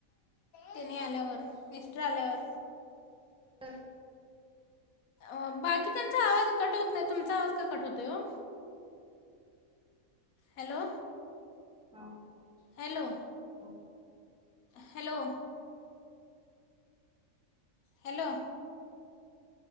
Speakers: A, on the left; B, in the centre.
A: तेनी आल्यावर मिस्टर आल्यावर
B: तर.
A: अ बाकी त्यांचा आवाज कट होत नाई, तुमचा आवाज का कट होतोय ओ? हॅलो.
B: हो.
A: हॅलो.
B: ह.
A: हॅलो. हॅलो.